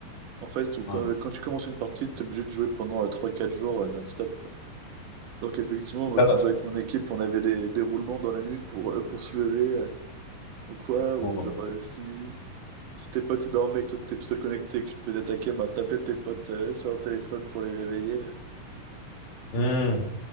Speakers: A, on the right; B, on the left.
A: En fait, où quand,
B: Ouais.
A: quand tu commences une partie, t'es obligé de jouer pendant euh, 3-4 jours euh, non-stop, quoi. Donc effectivement, moi,
B: Ça
A: quand
B: va.
A: je jouais avec mon équipe, on avait des, des roulements dans la nuit pour, euh, pour se lever, euh, ou quoi, ou
B: Bon, bon.
A: genre euh, si. Si tes potes ils dormaient, que toi t'étais tout seul connecté, que tu te faisais attaquer, ben, t'appelais tes potes euh, sur leur téléphone pour les réveiller. euh.
B: Hmm,